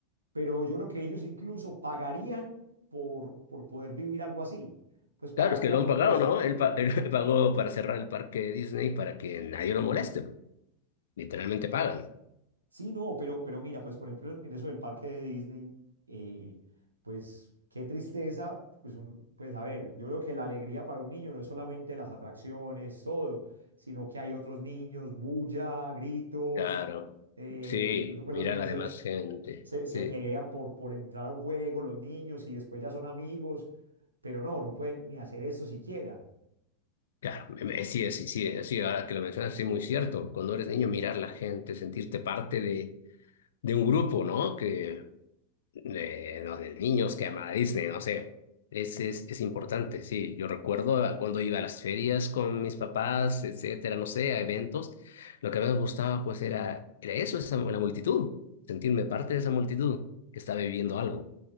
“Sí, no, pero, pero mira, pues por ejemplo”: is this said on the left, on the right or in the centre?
Right